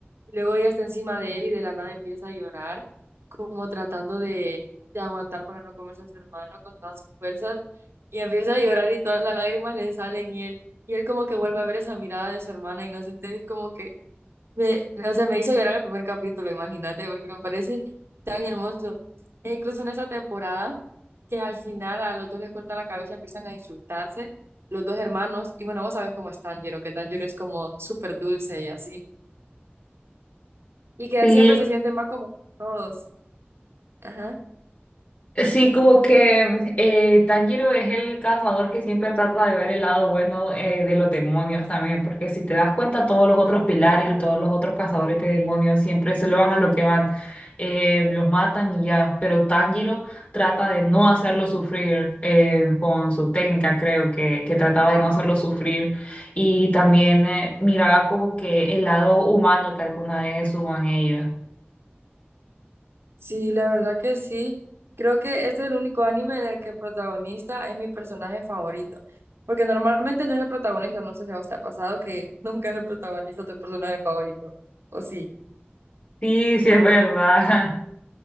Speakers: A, on the right; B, on the left.
A: y luego ella está encima de él y de la nada empieza a llorar, como tratando de, de aguantar para no comerse a su hermano con todas sus fuerzas. Y empieza a llorar y todas las lágrimas le salen y él, y él como que vuelve a ver esa mirada de su hermana inocente. Es como que, me, o sea, me hizo llorar el primer capítulo, imagínate, porque me parece tan hermoso. E incluso en esa temporada, que al final a los dos les cortan la cabeza, empiezan a insultarse los dos hermanos. Y bueno, vos sabes cómo es Tanjiro, que Tanjiro es como súper dulce y así y que
B: sí
A: él siempre se siente mal como todos. Ajá.
B: Sí, como que eh, Tanjiro es el cazador que siempre trata de ver el lado bueno eh, de los demonios también, porque si te das cuenta, todos los otros pilares y todos los otros cazadores de demonios siempre solo van a lo que van, eh, los matan y ya, pero Tanjiro trata de no hacerlo sufrir eh, con su técnica, creo que, que trataba de no hacerlo sufrir y también eh, miraba como que el lado humano que alguna vez hubo en ellos.
A: Sí, la verdad que sí. Creo que este es el único anime en el que el protagonista es mi personaje favorito. Porque normalmente no es el protagonista, no sé si a vos te ha pasado que <laughs> nunca es el protagonista tu personaje favorito. O sí,
B: Sí, sí, es verdad. <laughs>